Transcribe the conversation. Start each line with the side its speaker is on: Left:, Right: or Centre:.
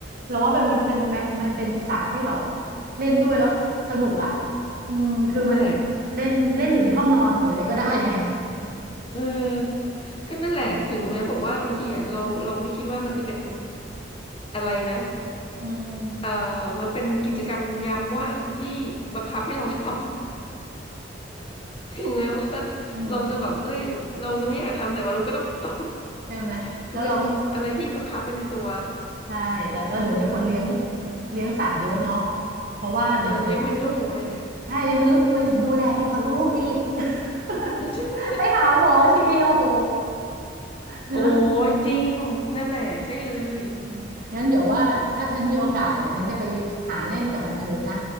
Right: เราว่ามันมันเป็นแมมันเป็นสัตว์ที่แบบเล่นด้วยแล้วสนุกอ่ะอืมคือมัน
Left: นั่นแหละ
Right: เล่นเล่นอยู่ในห้องนอนหรืออะไรก็ได้ไง
Left: เออก็นั่นแหละถึงแม้บอกว่าบางทีอ่ะเราเราไม่คิดว่ามันจะเป็น
Right: อืม
Left: อะไรนะ
Right: อืม
Left: เออมันเป็นกิจกรรมยามว่างที่บังคับให้เราทำ <laughs> ถึงแม้ว่า
Right: อืม
Left: เราจะแบบเอ้ยเราจะไม่อยากทำแต่ว่ามันก็ต้องทำ <laughs>
Right: ใช่ไหม แล้วเราก็
Left: มันเป็นอะไรที่บังคับเป็นในตัว
Right: ใช่แต่แล้วเดี๋ยวนี้คนเลี้ยง
Left: อืม
Right: เลี้ยงสัตว์เยอะเนาะเพราะว่าเนี่ยเนี่ย
Left: เออเลี้ยงเป็นลูกเลยแหละ
Right: ใช่เลี้ยงเป็นลูกโอ้ยดูแลดีกว่าลูกอีก <laughs>
Left: <laughs> ใช่ไหม
Right: ไปหาหมอทีโอ้โห
Left: <laughs>
Right: เนอะ
Left: โอ้ยจริงนั่นแหละใช่เลย
Right: อืมงั้นเดี๋ยวว่าถ้าฉันมีโอกาสเดี๋ยวฉันจะไปหาเล่นกับแมวเทินนะ